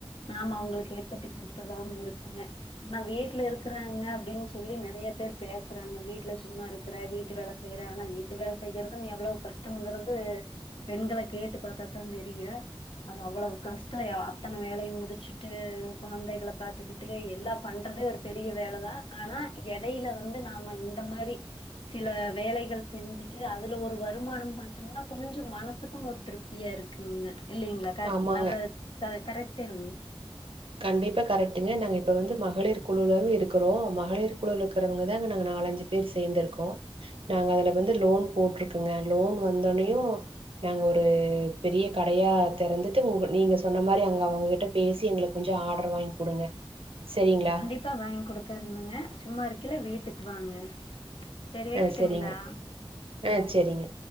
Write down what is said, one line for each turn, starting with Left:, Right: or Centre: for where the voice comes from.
Left: நாம அவங்களுக்கு ஏற்பத்தி கொடுத்ததாகாவு இருக்குங்க நா வீட்டுல இருக்கறாங்க அப்டின்னு சொல்லி நெறைய பேர் பேசுறாங்க வீட்டுல சும்மா இருக்கிற வீட்டு வேலை செய்யற ஆனா வீட்டு வேல செய்ரங்கறது எவ்வளவு கஷ்டங்கிறது பெண்கள கேட்டு பாத்தாதா தெரியு அது அவ்ளவு கஷ்ட அத்தனை வேலையு முடிச்சிட்டு குழந்தைகள பாத்துக்கிட்டு ட்டு எல்லாம் பண்றதே ஒரு பெரிய வேலைதா ஆனா எடையில வந்து நாம இந்த மாதிரி சில வேலைகள் செஞ்சிட்டு அதுல ஒரு வருமான பாத்தோம்ன்னா கொஞ்ச மனசுக்கும் ஒரு திருப்தி தியா இருக்குங்க இல்லீங்களா கரெக்ட்
Right: ஆமாங்க.
Left: நல்ல கரெக்ட்டன்னுங்க
Right: கண்டிப்பா கரெக்டுங்க நாங்க இப்போ வந்து மகளிர் குழுவுல இருக்கிறோ மகளிர் குழு இருக்கிறவங்க தாங்க நாங்க நாலஞ்சு பே பேர் சேர்ந்திருக்கோ நாங்க அதுல வந்து லோன் போட்டிருக்கோங்க லோன் வந்தோனையு நாங்க ஒரு பெரிய கடையா திறந்துட்டு உங்க நீங்க சொன்ன மாதிரி அங்க அவங்ககிட்ட பேசி எங்களுக்கு கொஞ்ச ஆர்டர் வாங்கி கொடுங்க சரிங்களா
Left: த்தா வாங்கி குடுக்கற இருந்தங்க சும்மா இருக்கைல வீட்டுக்கு வாங்க சரி வைக்கட்டுங்களா
Right: ஆ செரிங்க ஆ செரிங்க